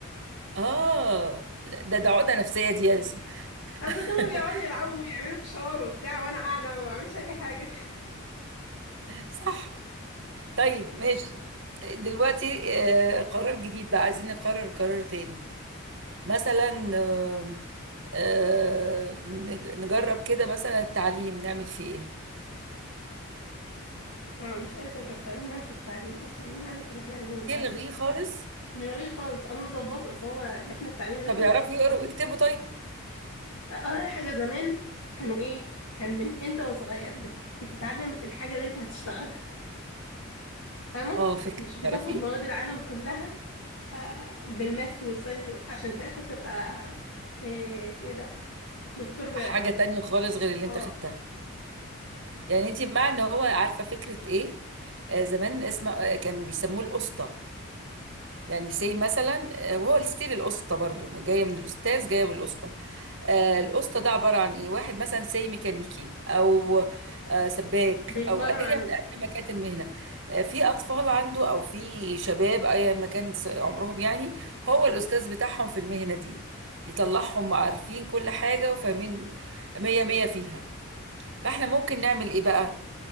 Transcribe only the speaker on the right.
اه لا، ده ده عقدة نفسية دي يا اسم
<laughs>
صح طيب ماشي دلوقتي آه، قرار جديد بقى عايزين نقرر قرار تاني مثلا آم، آه، نج- نجرب كده مثلا التعليم نعمل فيه ايه
تلغيه خالص
طب
يعرفوا
يقروا ويكتبوا طيب
اه فكرة
تعرفي
حاجة
تانية خالص غير اللي
انت خدتها يعني انت مع ان هو عارفة فكرة ايه آه زمان اسمه آه كانوا بيسموه القسطة يعني سي مثلا آه، وهو الستيل القسطة برضو جاية من الأستاذ جاية من القسطة آه، القسطة ده عبارة عن إيه واحد مثلا سي ميكانيكي أو آه، سباك
أو أي
أي ما كانت المهنة آه، في أطفال عنده أو في شباب أي ما كانت عمرهم يعني هو الأستاذ بتاعهم في المهنة دي يطلعهم عارفين كل حاجة وفاهمين مية مية فيها فاحنا ممكن نعمل إيه بقى